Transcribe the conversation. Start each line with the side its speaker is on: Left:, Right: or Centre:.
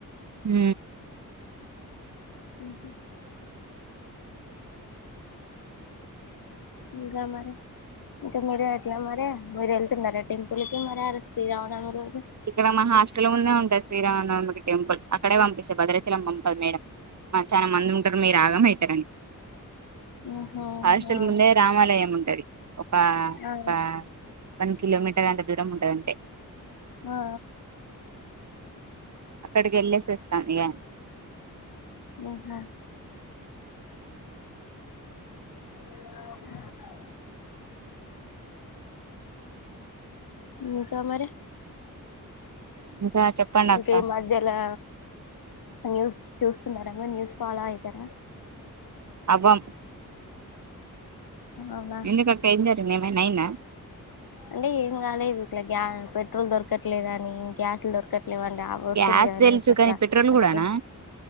Right: ఉ
Left: ఉ ఉ ఇంగా మరి ఇంక మీరు ఎట్లా మరి మీరు వెళ్తున్నారా టెంపుల్ కి మరి అ రో శ్రీరామనవమి
Right: ఇక్కడ మన హాస్టల్ ముందే ఉంట శ్రీరామనవమి టెంపుల్ అక్కడే పంపిస్తే భద్రచలం పంపదు మేడం చాన మంది ఉంటరు మీరు ఆగమైతరని
Left: ఆహా అవునా
Right: హాస్టల్ ముందే రామాలయం ఉంటది ఒక
Left: ఆ
Right: ఒక వన్ కిలోమీటర్ అంత దూరం ఉంటది అంతే
Left: ఆ
Right: అక్కడికి వెళ్ళేసివస్తాం ఇగా
Left: ఊహా <unintelligible> ఇంకా మరే
Right: ఇంకా చెప్పండి అక్క
Left: ఇంకా ఈ మధ్యలా న్యూస్ చూస్తున్నారా మీరు న్యూస్ ఫాలో అయితర
Right: అవ్వం
Left: అవునా
Right: ఎందుకంటే అయింది ఏం జరిగింది ఏమైనా అయిందా
Left: అంటే ఏం గాలేదు ఇట్లా గ్యా పెట్రోల్ దొరకట్లేదు అని గ్యాస్లు దొరకట్ ఎమ్ లేదండీ ఆ వస్తుంది
Right: గ్యాస్
Left: కదా
Right: తెలుసు
Left: న్యూస్ అట్లా
Right: కానీ పెట్రోల్
Left: అందుకు
Right: కూడానా